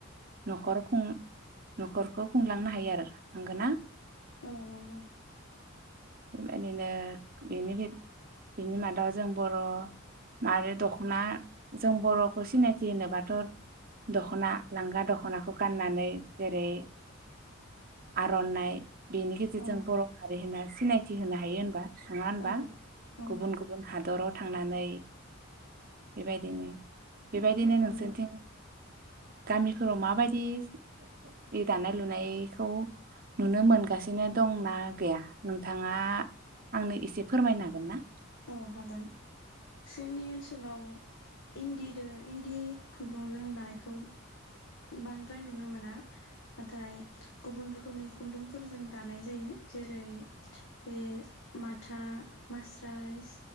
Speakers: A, on the right (about 45°); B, on the left (about 65°).
A: न'खर खुं न'खरखौ खुंलांनो हायो आरो। नोंगोना?
B: औ नंगौ।
A: बेबायदिनो बेनिबिब बेनि मादाव जों बर' मारो दख'ना जों बर'खौ सिनायथि होनोबाथ' दख'ना लांगा दख'नाखौ गाननानै जेरै आर'नाइ बेनि गेजेरजों
B: औ
A: बर' हा रि होनना सिनायथि होनो हायो होनबा नङा होनबा?
B: औ औ
A: गुबुन गुबुन हादरत थांनानै बेबायदिनो बेबायदिनो
B: नंगौ
A: नोंसोनिथिं गामिफोराव माबायदि बे दानाय लुनायखौ नुनो मोनगासिनो दंना गैया? नोंथाङा आंनो एसे फोरमायनो हागोन ना?
B: औ हागोन जोंनि ओनसोलाव इन्दिदो इन्दि खुन्दुंजों दानायखौ उम बांद्राय नुनो मोना नाथाय गुबुन रोखोमनि खुन्दुंफोरजों दानाय जायो जेरै ए माथा मासराइस